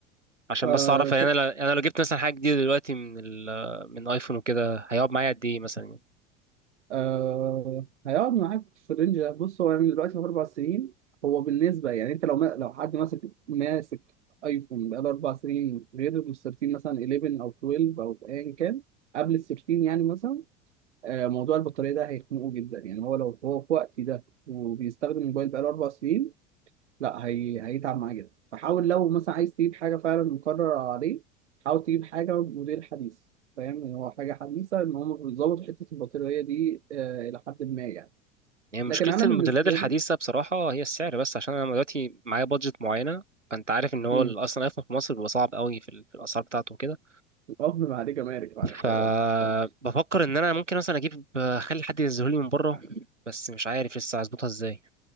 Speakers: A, on the right; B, on the right.
A: عشان
B: آه
A: بس اعرف يعني
B: ش...
A: انا لو- انا لو جبت مثلا حاجه جديده دلوقتي من ال من ايفون وكده هيقعد معايا قد ايه مثلا يعني
B: آه هيقعد معاك في الرينج ده بص هو يعني دلوقتي في اربع سنين هو بالنسبه يعني انت لو ما لو حد ماسك ماسك ايفون بقاله اربع سنين غير ال 13 مثلا 11 او 12 او ايا كان قبل ال 13 يعني مثلا آه موضوع البطاريه ده هيخنقه جدا يعني هو لو هو في وقتي ده وبيستخدم الموبايل بقاله اربع سنين لا هي... هيتعب معاه جدا فحاول لو مثلا عايز تجيب حاجة فعلا مقرر عليه حاول تجيب حاجة موديل حديث فاهم إن هو حاجة حديثة إن هم بيظبطوا حتة البطارية دي آه إلى حد ما يعني
A: يعني
B: لكن
A: مشكله
B: أنا
A: الموديلات
B: بالنسبة
A: الحديثه
B: لي
A: بصراحه هي السعر بس عشان انا دلوقتي معايا بادجت معينه فانت عارف ان هو
B: امم
A: ال- اصلا ايفون في مصر بيبقى صعب قوي في, ال- في الاسعار بتاعته وكده
B: ما عليه جمارك بعد
A: فبفكر
B: حوارات مش عارف
A: ان انا ممكن مثلا اجيب اخلي حد ينزله لي من بره بس مش عارف لسه هظبطها ازاي